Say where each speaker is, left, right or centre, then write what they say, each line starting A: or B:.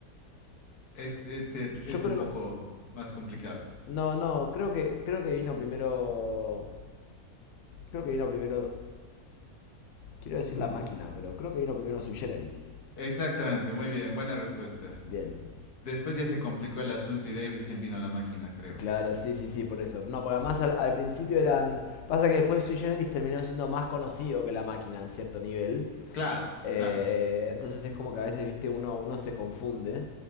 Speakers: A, on the left; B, on the left.
A: Es, eh, te- es
B: yo creo.
A: un poco más complicado.
B: No, no, creo que, creo que vino primero. Creo que vino primero. Quiero decir
A: <laughs>
B: la máquina, pero creo que vino primero Sui Generis.
A: Exactamente, muy bien, buena respuesta.
B: Bien.
A: Después ya se complicó el asunto y de ahí recién vino la máquina, creo.
B: Claro, sí, sí, sí, por eso. No, porque además al, al principio eran. Pasa que después Sui Generis terminó siendo más conocido que la máquina en cierto nivel.
A: Claro,
B: Eh,
A: claro.
B: entonces es como que a veces, viste, uno, uno se confunde.